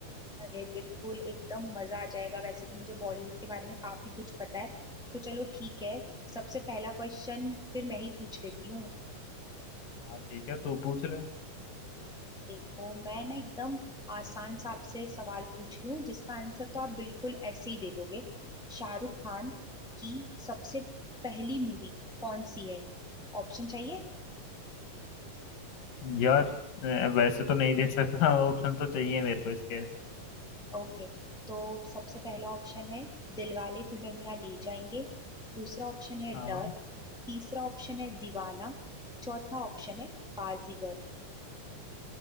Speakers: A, in the centre; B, on the left (about 80°).
A: अरे बिल्कुल एकदम मजा आ जाएगा वैसे भी मुझे बॉलीवुड के बारे में काफी कुछ पता है तो चलो ठीक है सबसे पहला क्वेश्चन फिर मैं ही पूछ लेती हूँ
B: हाँ ठीक है तू पूछ ले
A: देखो मैं ना एकदम आसान सा आपसे सवाल पूछ रही हूँ जिसका आंसर तो आप बिल्कुल ऐसे ही दे दोगे शाहरुख खान की सबसे पहली मूवी कौन सी है ऑप्शन चाहिए
B: यार अ, वैसे तो नहीं दे सकता <laughs> ऑप्शन तो चाहिए मेरे को इसके
A: ओके तो सबसे पहला ऑप्शन है दिलवाले दुल्हनिया ले जाएंगे दूसरा ऑप्शन है
B: हाँ
A: डर तीसरा ऑप्शन है दीवाना चौथा ऑप्शन है बाजीगर